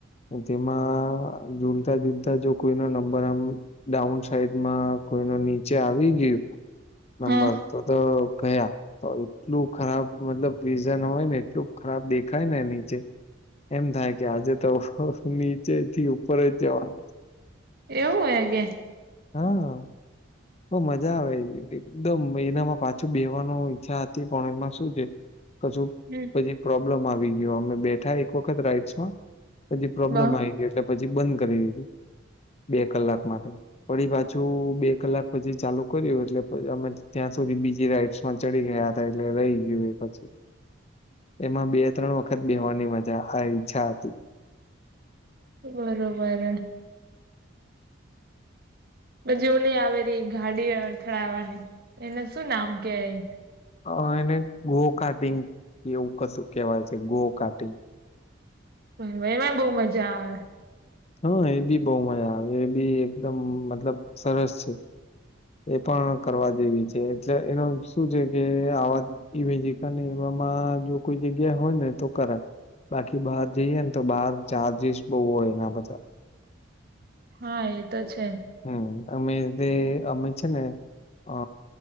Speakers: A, on the left (about 30°); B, on the right (about 50°).
A: તેમાં ઝૂલતા ઝુલતા જો કોઈ નો નંબર આમ ડાઉન સાઈડમાં કોઈ ન નીચે આવી ગયું
B: હા
A: નંબર તો તો ગયા તો એટલું ખરાબ મતલબ વિઝન હોય ને એટલું ખરાબ દેખાય ને નીચે એમ થાય કે આજે તો નીચે થી ઉપર જ જવાના છે
B: એવું હે કે
A: હા બ મજા આવે એકદમ એનામાં પાછું બેવાનો ઈચ્છા હતી પણ એમાં શું છે કજું
B: હમ
A: પ્રોબ્લેમ આવી ગયો અમે બેઠા એક વખત રાઈડ્સ માં બછી પ્રોબ્લમ
B: બ
A: આવી ગયો પછી બંધ કરી દીધું બે કલાક માટે વળી પાછું બે કલાક પછી ચાલુ કર્યું એટલે અમે ત્યાં સુધી બીજી રાઈડ્સમાં ચડી ગયા હતા એટલે રહી ગયું એ પછી એમાં બે ત્રણ વખત બેવાની મજા આ ઈચ્છા હતી
B: બરોબર બ ઓલી આવેલી ગાડી અથળાવવાની એને શું નામ કેય
A: અ એને ગો કટિંગ એવું કશું કેહેવાય છે ગો કટિંગ
B: હ એમાં બહુ મજા આવે
A: હા એ બી બહુ મજા આવે એ બી એકદમ મતલબ સરસ છે એ પણ કરવા દેવી છે એટલે એનો શું છે કે આવા એવી જગા ને એવામાં જો કોઈ જગ્યા હોય ને તો કરે બાકી બહાર જઈએ ને તો બહાર ચાર્જિસ બહુ હોય એના બધ
B: હા એ તો છે
A: હમ અમે તે અમે છે ને અ